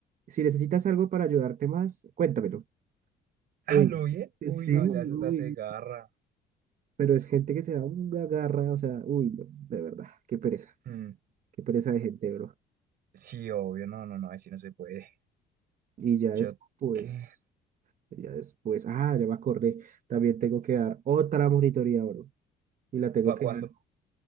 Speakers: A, on the right; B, on the right.
A: si necesitas algo para ayudarte más, cuéntamelo.
B: ¿A
A: Uy,
B: lo bien?
A: eh,
B: Uy,
A: sí,
B: no,
A: uy,
B: ya es darse garra.
A: pero es gente que se da una garra, o sea, uy, no, de verdad, qué pereza,
B: Mm,
A: qué pereza de gente, bro.
B: Sí, obvio, no, no, no, así no se puede.
A: Y ya
B: Yo,
A: después,
B: ¿qué?
A: ya después, ah, ya me acordé, también tengo que dar otra monitoría, bro, y la tengo
B: ¿Para
A: que
B: cuándo?
A: dar